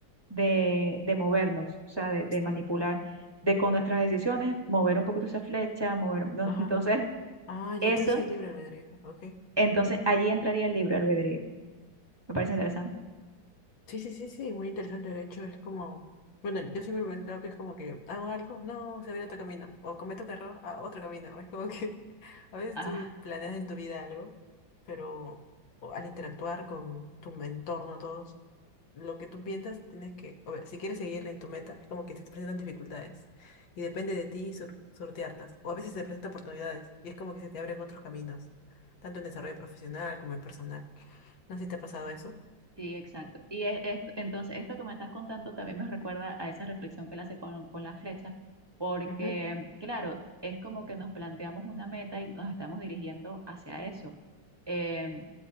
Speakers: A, on the right (about 15°); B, on the left (about 75°).
A: de, de movernos, o sea, de, de manipular,
B: Sí.
A: de con nuestras decisiones, mover un poquito esa flecha, mover, no,
B: Ajá.
A: entonces,
B: Ah, ya
A: eso,
B: entonces hay libre albedrío. Ok.
A: entonces allí entraría el libre albedrío. Me parece interesante.
B: Sí, sí, sí, sí, muy interesante. De hecho, es como, bueno, yo siempre me he pensado que es como que hago algo, no, se abre otro camino, o cometo un error, a otro camino. Es como que <laughs> a veces
A: Ah,
B: tú planeas en tu vida algo, pero o al interactuar con tu entorno, todos, lo que tú piensas, tienes que, o ver, si quieres seguir en tu meta, es como que se te presentan dificultades y depende de ti sur- sortearlas. O a veces se presentan oportunidades y es como que se te abren otros caminos, tanto en desarrollo profesional como en personal. No sé si te ha pasado eso.
A: sí, exacto. Y es, es- entonces esto que me estás contando también me recuerda a esa reflexión que él hace con, con la flecha, porque
B: Ujú,
A: claro, es como que nos planteamos una meta y nos estamos dirigiendo hacia eso. Em,